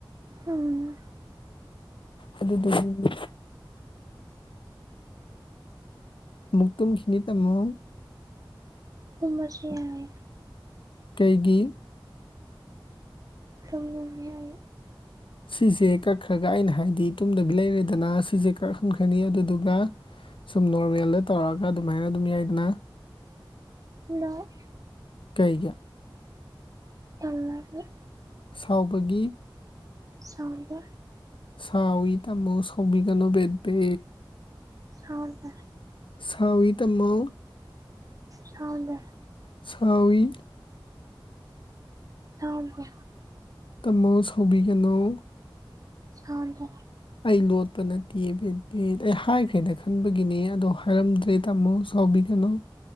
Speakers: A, on the right; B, on the left.
A: ꯎꯝ
B: ꯑꯗꯨꯕꯨꯗꯤ ꯃꯨꯛ ꯇꯨꯨꯝ ꯈꯤꯅꯤ ꯇꯥꯃꯣ
A: ꯇꯨꯝꯃꯁꯦ ꯌꯥꯏꯌꯦ
B: ꯀꯩꯒꯤ
A: ꯇꯨꯝꯅꯤꯡꯉꯦ ꯑꯩ
B: ꯁꯤꯁꯦ ꯀꯛꯈ꯭ꯔꯒ ꯑꯩꯅ ꯍꯥꯏꯗꯤ ꯇꯨꯝꯗꯕꯤ ꯂꯩꯔꯦꯗꯅ ꯁꯤꯁꯦ ꯀꯛꯍꯟꯈ꯭ꯔꯅꯤ ꯑꯗꯨꯗꯨꯒ ꯁꯨꯝ ꯅꯣꯔꯃꯦꯜꯗ ꯇꯧꯔꯑꯒ ꯑꯗꯨꯃꯥꯏꯅ ꯑꯗꯨꯝ ꯌꯥꯏꯗꯅ
A: ꯌꯥꯏ
B: ꯀꯩꯒꯤ
A: ꯇꯟꯕꯒꯤ
B: ꯁꯥꯎꯕꯒꯤ
A: ꯁꯥꯎꯗꯦ
B: ꯁꯥꯎꯋꯤ ꯇꯝꯃꯣ ꯁꯥꯎꯕꯤꯒꯅꯣ ꯕꯦꯕꯦ
A: ꯁꯥꯎꯗꯦ
B: ꯁꯥꯎꯏ ꯇꯝꯃꯣ
A: ꯁꯥꯎꯗꯦ
B: ꯁꯥꯎꯏ
A: ꯁꯥꯎꯗꯦ
B: ꯇꯨꯝꯃꯣ ꯁꯥꯎꯕꯤꯒꯅꯣ
A: ꯁꯥꯎꯗꯦ
B: ꯑꯩ ꯂꯣꯠꯄ ꯅꯠꯇꯦ ꯕꯦꯕꯦꯗ ꯍꯥꯏ ꯍꯦꯟꯅ ꯈꯟꯕꯒꯤꯅꯤ ꯑꯗꯣ ꯍꯥꯏꯔꯝꯗ꯭ꯔꯦ ꯇꯥꯃꯣ ꯁꯥꯎꯕꯤꯒꯅꯣ